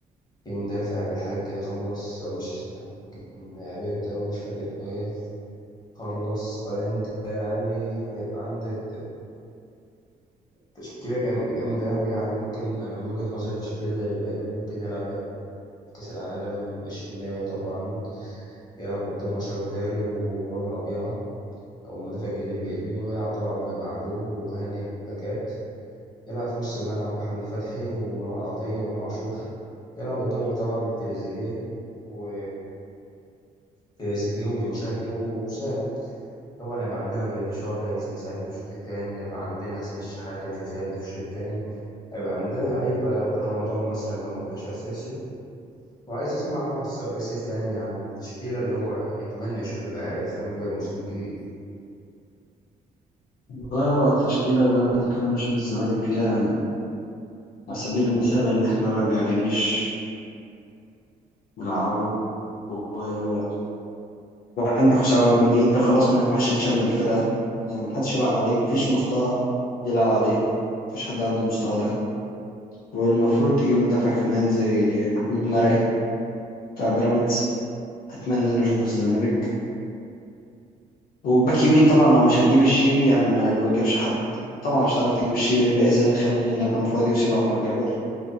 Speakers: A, on the left (about 25°); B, on the left (about 65°).
A: في مدافع بالحج ده خلص آه، مش بالحج بن عبيد ده مش فاكر هو إيه خلص فأنت يعني هيبقى عندك تشكيلة جام- جامدة يعني يعني ممكن أنا من وجهة نظري تشكيلة للأهلي ممكن يلعب بيها في كأس العالم الشناوي طبعا يلعب قدام أشرف داري ورامي ربيعة أو المدافع الجديد اللي جايبينه يلعب طبعا بمعلول وهاني باكات يلعب في نص الملعب بحمدي فتحي ومروان عطية وإمام عاشور يلعب قدامهم طبعا بتريزيجيه و تريزيجيه وبن شرقي ووسام طبعا هيبقى عندنا جراديشار هينزل يساعدنا في الشوط التاني هيبقى عندنا حسين الشحات هينزل يساعدنا في الشوط التاني هيبقى عندنا لعيب بن رمضان مثلا لو ما بدأش أساسي وعايز أسمع س- يوسف يعني عن التشكيلة اللي هو يتمنى يشوف اللي هيلزمك بقى الموسم الجديد
B: والله لو على التشكيلة اللي أنا أتمنى أشوف الزمالك فيها يعني على سبيل المثال إن إحنا نرجع جنش نلعبه ويبقى عندك حسام عبد المجيد ده خلاص ما ينفعش يتشال من الفرقة يعني محدش يلعب عليه مفيش مستوى يلعب عليه مفيش حد عنده المستوى ده والمفروض تجيب مدافع كمان زي محمود مرعي بتاع بيراميدز أتمنى إن أنا أشوفه الزمالك وباك يمين طبعا لو مش هتجيب الشيبي يعني ما ما تجيبش حد طبعا مش هتعرف تجيب الشيبي فإذا خلي إنك كان فاضي وسيب عمر جابر